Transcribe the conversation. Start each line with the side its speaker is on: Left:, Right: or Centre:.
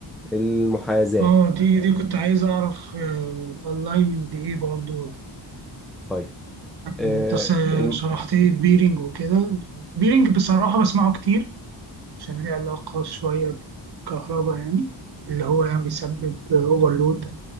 Centre: المحاذاه
Right: اه دي دي كنت عايز اعرف الالاينمنت دي ايه برضو
Centre: طيب
Right: يعني
Centre: آه،
Right: انت س-
Centre: الم...
Right: شرحت لي البيرنج وكده البيرنج بصراحة بسمعه كتير عشان ليه علاقة شوية بالكهرباء يعني اللي هو يعني بيسبب اوفرلود